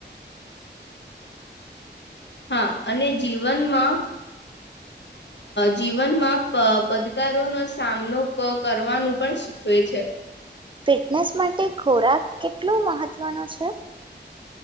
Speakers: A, on the left; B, on the right.
A: હા અને જીવનમાં જીવનમાં પદકારોનો સામનો કરવાનું પણ શીખવે છે.
B: ફિટનેસ માટે ખોરાક કેટલો મહત્વનો છે?